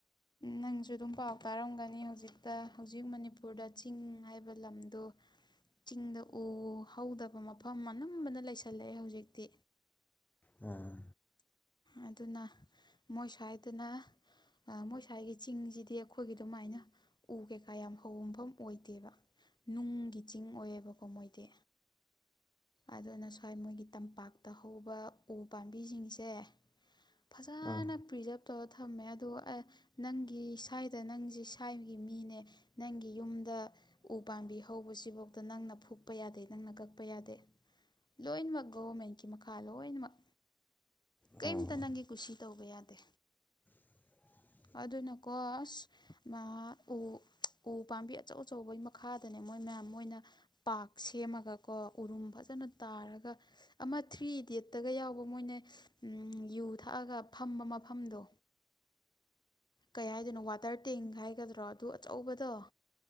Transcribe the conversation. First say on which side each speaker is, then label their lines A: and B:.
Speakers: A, on the left (about 55°); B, on the left (about 20°).
A: ꯅꯪꯁꯨ ꯑꯗꯨꯝ ꯄꯥꯎ ꯇꯥꯔꯝꯒꯅꯤ ꯍꯧꯖꯤꯛꯇ ꯍꯧꯖꯤꯛ ꯃꯅꯤꯄꯨꯔꯗ ꯆꯤꯡ ꯍꯥꯏꯕ ꯂꯝꯗꯣ ꯆꯤꯡꯗ ꯎ ꯍꯧꯗꯕ ꯃꯐꯝ ꯑꯅꯝꯕꯅ ꯂꯩꯁꯜꯂꯛꯑꯦ ꯍꯧꯖꯤꯛꯇꯤ
B: ꯑꯥ
A: ꯑꯗꯨꯅ ꯃꯣꯏ ꯁ꯭ꯋꯥꯏꯗꯅ ꯃꯣꯏ ꯁ꯭ꯋꯥꯏꯒꯤ ꯆꯤꯡꯁꯤꯗꯤ ꯑꯩꯈꯣꯏꯒꯤ ꯑꯗꯨꯃꯥꯏꯅ ꯎ ꯀꯩꯀꯥ ꯌꯥꯝ ꯍꯧꯕ ꯃꯐꯝ ꯑꯣꯏꯗꯦꯕ ꯅꯨꯡꯒꯤ ꯆꯤꯡ ꯑꯣꯏꯑꯦꯕꯀꯣ ꯃꯣꯏꯗꯤ ꯑꯗꯨꯅ ꯁ꯭ꯋꯥꯏ ꯃꯣꯏꯒꯤ ꯇꯝꯄꯥꯛꯇ ꯍꯧꯕ ꯎ ꯄꯥꯝꯕꯤꯁꯤꯡꯁꯦ ꯐꯖꯅ
B: ꯑꯥ
A: ꯄ꯭ꯔꯤꯖꯥꯞ ꯇꯧꯔ ꯊꯝꯃꯦ ꯑꯗꯨꯒ ꯑꯦ ꯅꯪꯒꯤ ꯁ꯭ꯋꯥꯏꯗ ꯅꯪꯁꯦ ꯁ꯭ꯋꯥꯏꯒꯤ ꯃꯤꯅꯦ ꯅꯪꯒꯤ ꯌꯨꯝꯗ ꯎ ꯄꯥꯝꯕꯤ ꯍꯧꯕꯁꯤꯐꯧꯗ ꯅꯪꯅ ꯐꯨꯨꯞꯄ ꯌꯥꯗꯦ ꯅꯪꯅ ꯀꯛꯄ ꯌꯥꯗꯦ ꯂꯣꯏꯅꯃꯛ ꯒꯣꯚꯔꯃꯦꯟꯀꯤ ꯃꯈꯥ ꯂꯣꯏꯅꯃꯛ ꯀꯩꯝꯇ
B: ꯑꯣ
A: ꯅꯪꯒꯤ ꯀꯨꯁꯤ ꯇꯧꯕ ꯌꯥꯗꯦ
B: <inaudible>
A: ꯑꯗꯨꯅ ꯀꯣ ꯑꯁ ꯃꯥ ꯎ ꯎ ꯄꯥꯝꯕꯤ ꯑꯆꯧ ꯑꯆꯧꯕꯒꯤ ꯃꯈꯥꯗꯅꯦ ꯃꯣꯏ ꯃꯌꯥꯝ ꯃꯣꯏꯅ ꯄꯥꯛ ꯁꯦꯝꯃꯒꯀꯣ ꯎꯔꯨꯝ ꯐꯖꯅ ꯇꯥꯔꯒ ꯑꯃ ꯊ꯭ꯔꯤ ꯏꯗꯤꯦꯠꯇꯒ ꯌꯥꯎꯕ ꯃꯣꯏꯅ ꯌꯨ ꯊꯛꯑꯒ ꯐꯝꯕ ꯃꯐꯝꯗꯣ ꯀꯩ ꯍꯥꯏꯗꯣꯏꯅꯣ ꯋꯥꯇꯔ ꯇꯦꯡ ꯍꯥꯏꯒꯗ꯭ꯔꯣ ꯑꯗꯨ ꯑꯆꯧꯕꯗꯣ